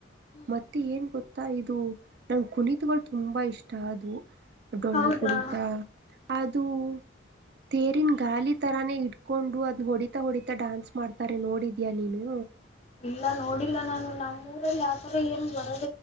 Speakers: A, on the left (about 35°); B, on the right (about 55°).
A: ಹ್ಮ್
B: ಮತ್ತೆ ಏನ್ ಗೊತ್ತಾ ಇದು ನನ್ ಕುಣಿತುಗಳು ತುಂಬಾ ಇಷ್ಟ ಆದ್ವು. ಡೊಳ್ಳು
A: ಹೌದಾ
B: ಕುಣಿತ ಅ ದು ತೇರಿನ್ ಗಾಲಿ ತರಾನೇ ಇಟ್ಕೊಂಡು ಅದ್ ಹೊಡಿತಾ ಹೊಡಿತಾ ಡಾನ್ಸ್ ಮಾಡ್ತಾರೆ ನೋಡಿದ್ಯಾ ನೀನು?
A: ಇಲ್ಲ ನೋಡಿಲ್ಲ ನಾನು ನಮ್ಮ್ ಊರಲ್ಲಿ ಆತರ ಏನು ಬ